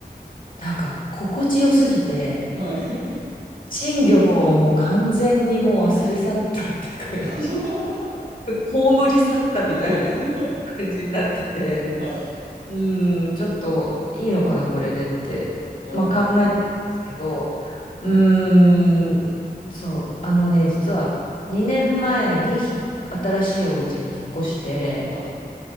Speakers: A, on the left (about 55°); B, on the right (about 85°).
A: なんか心地よすぎて、
B: はい。
A: 賃料をもう完全にもう忘れ去ったって感じ。
B: <laughs>
A: <laughs> 葬り去ったみたいな
B: <laughs>
A: 感じになってて。
B: はい。
A: うーん、ちょっといいのかな、これでって、
B: うー
A: まあ、考えてるんですけど、
B: ん。
A: うーん、そう、あのね、実は2年前にひ新しいお家に引っ越して、
B: はい。